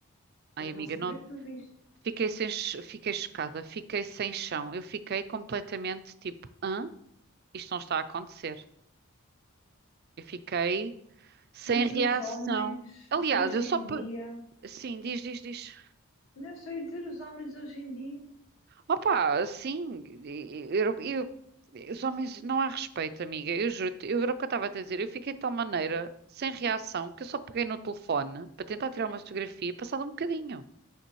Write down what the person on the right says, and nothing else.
ai
amiga,
não,
Fiquei sem, ch- fiquei chocada, fiquei sem chão. Eu fiquei completamente tipo, hã? Isto não está a acontecer. Eu fiquei sem
reação.
Aliás,
eu
só. pe-
Sim, diz, diz, diz.
Opa, sim, eu, eu- os homens não há respeito, amiga. Eu juro, eu era o que eu estava a te dizer. Eu fiquei de tal maneira sem reação que eu só peguei no telefone para tentar tirar uma fotografia, passado um bocadinho.